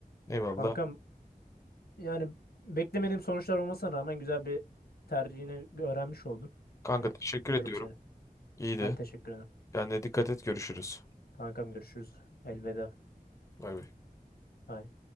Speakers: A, on the left (about 20°); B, on the left (about 85°).
A: Eyvallah.
B: Kankam yani beklemediğim sonuçlar olmasına rağmen güzel bir tercihini öğrenmiş oldum.
A: Kanka
B: Öp-
A: teşekkür
B: öpüyorum
A: ediyorum.
B: seni.
A: İyiydi.
B: Ben teşekkür ederim.
A: Kendine dikkat et görüşürüz.
B: Kankam görüşürüz. Elveda.
A: Bay bay.
B: Bye.